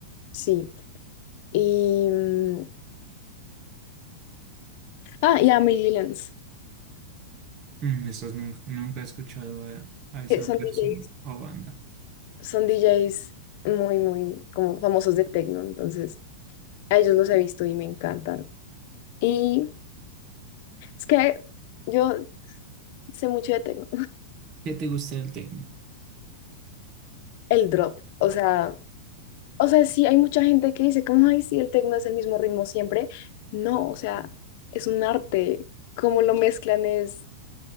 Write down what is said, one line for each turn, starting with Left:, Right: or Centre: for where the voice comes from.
Left: sí. Y. mm, Ah, y Amelie Lillens,
Right: Mm, esos nunca, nunca he escuchado a, a esa
Left: que son
Right: persona
Left: DJs,
Right: o banda.
Left: son DJs muy, muy como famosos de techno, entonces a ellos los he visto y me encantan. Y es que yo sé mucho de techno.
Right: ¿Qué te gusta del tecno?
Left: <laughs> El drop, o sea. O sea, sí, hay mucha gente que dice, como, ay, sí, el tecno es el mismo ritmo siempre. No, o sea, es un arte. Cómo lo mezclan es,